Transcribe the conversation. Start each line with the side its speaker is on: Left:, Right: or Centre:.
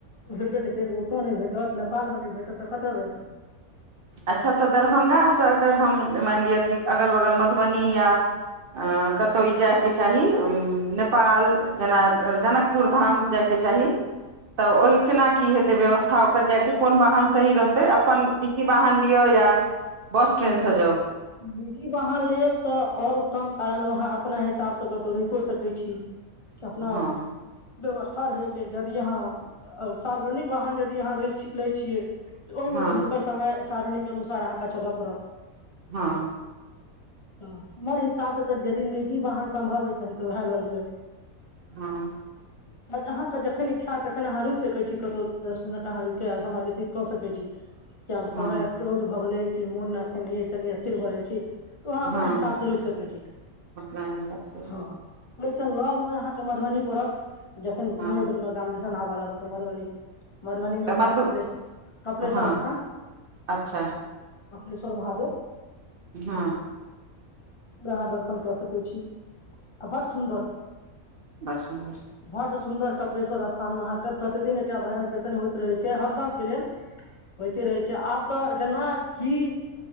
Left: नै तऽ फेर ओता नै भेटत, नेपाल मे नै भेटत तऽ कता भेटत।
Right: अच्छा तऽ दरभंगा से अगर हम मैन लियो कि अगल-बगल मधुबनी या अ कतौ ई जाय के चाही उम्म नेपाल जना जनकपुर धाम जाय के चाही। तऽ ओय केना की हेतै व्यवस्था ओकर जाय के कोन बाहन सही रहतै अपन बाहन लियौ या बस
Left: निजी
Right: ट्रेनसँ जाउ
Left: वाहन लेब तऽ और उत्तम कारण वहाँ हाँ अपना हिसाबसे कतहु रुकियो सकै छी। अपना
Right: हँ
Left: व्यवस्था रहै छै, जदि यहाँ अ सार्वजनिक वाहन जदि यहाँ रे लै छियै। त ओहिमे
Right: हँ
Left: त हुनकर समय सारिणी के अनुसार अहां अच्छा चल पड़त।
Right: हां।
Left: हुं। हमर हिसाब से त यदि निजी वाहन सम्भव अइ तखन त वैह ल लिअ।
Right: हां।
Left: अहाँके जखन इच्छा हयत तखन अहाँ रुकि सकैत छी कतहु दस मिनट अहाँ रुकिके समय व्यतीत क सकैत छी। कि आब
Right: हँ
Left: समय, रौद भ गेलै। कि मोन नै अछि कनि स्थिर भ जाइ छी। त वहाँ अपना
Right: हँ
Left: हिसाब से रुकि सकै छी,
Right: अपना हिसाबसँ
Left: हां। से लग मे अहाँके मधुबनी पड़त। जखन घर
Right: हँ
Left: आ गाम दिसन आब लागल। ओ त मधबनी। मधुबनी मे
Right: तऽ
Left: एकटा
Right: मधु
Left: कपिलेश कपिलेश्वर
Right: हँ
Left: स्थान।
Right: अच्छा
Left: कपलेश्वर महादेव।
Right: हां।
Left: अहाँ दर्शन क सकै छी आ बड सुन्दर
Right: बड़ सुन्दर
Left: बड सुन्दर कपिलेश्वर स्था थानमे अहाँके प्रतिदिन एकटा भजन कीर्तन होइत रहै छै हरदमके लेल होइते रहै छै आब त जेना की,